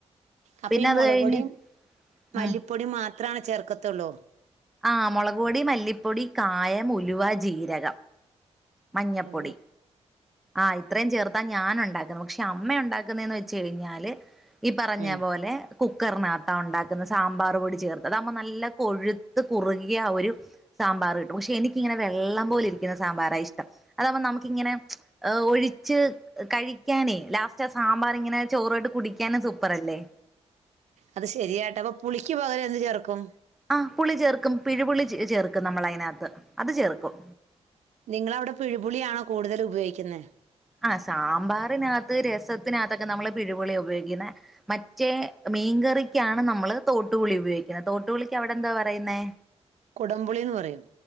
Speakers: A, on the right; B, in the centre.
A: അപ്പൊ
B: പിന്നെ
A: ഈ
B: അത്
A: മുളക്
B: കഴിഞ്ഞ്
A: പൊടിയും
B: ഉം
A: മല്ലിപ്പൊടിയും മാത്രണ ചേർക്കത്തുള്ളൂ
B: ആഹ് മുളക് പൊടി മല്ലിപ്പൊടി കായം ഉലുവ ജീരകം മഞ്ഞപ്പൊടി
A: ഓ
B: ആഹ് ഇത്രയും ചേർത്താ ഞാൻ ഉണ്ടാക്കുന്ന പക്ഷെ അമ്മ ഉണ്ടാക്കുന്നന്ന് വെച്ച് കഴിഞ്ഞാല് ഈ പറഞ്ഞ
A: ഉം
B: പോലെ കുക്കറിനകത്താ ഉണ്ടാക്കുന്ന സാമ്പാർ പൊടി ചേർത്ത് അതുമ്പ നല്ല കൊഴുത്ത് കുറുകിയ ആ ഒരു സാമ്പാർ കിട്ടും പക്ഷെ എനിക്കിങ്ങനെ വെള്ളം പോല ഇരിക്കുന്ന സാമ്പാറാ ഇഷ്ടം അതപ്പം നമുക്കിങ്ങനെ ഹ ഒഴിച്ച് കഴിക്കാനേ ലാസ്റ്റ് സാമ്പാർ ഇങ്ങനെ ചോറോട്ട് കുടിക്കാനും സൂപ്പർ അല്ലേ
A: അത് ശരിയായിട്ട് അപ്പൊ പുളിക്ക് പകരം എന്ത് ചേർക്കും
B: ആഹ് പുളി ചേർക്കും പിഴുപുുള്ളി ചേർക്കും നമ്മൾ അതിനകത്ത് അത് ചേർക്കും
A: നിങ്ങളവിടെ പിഴുപുളിയാണോ കൂടുതൽ ഉപയോഗിക്കുന്നത്
B: ആഹ് സാമ്പാറിനകത്ത് രസത്തിനകത്തൊക്കെ നമ്മള് പിഴ്പൊളി ഉപയോഗിക്കുന്ന മറ്റേ മീൻകറിക്കാണ് നമ്മള് തോട്ടുപുളി ഉപയോഗിക്കുന്നത് തോട്ടുപുളിക്ക് അവിടെ എന്താ പറയുന്നത്
A: കൊടംപുളിന്ന് പറയും